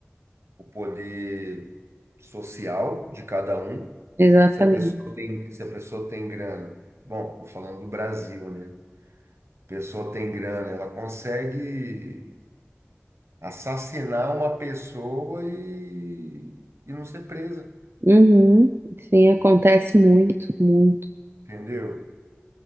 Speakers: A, on the right; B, on the right.
A: o poder social de cada um.
B: exatamente.
A: Se a pessoa tem, se a pessoa tem grana, bom, estou falando do Brasil, né? Pessoa tem grana, ela consegue assassinar uma pessoa e, e não ser presa,
B: Uhum, sim, acontece muito, muito.
A: entendeu?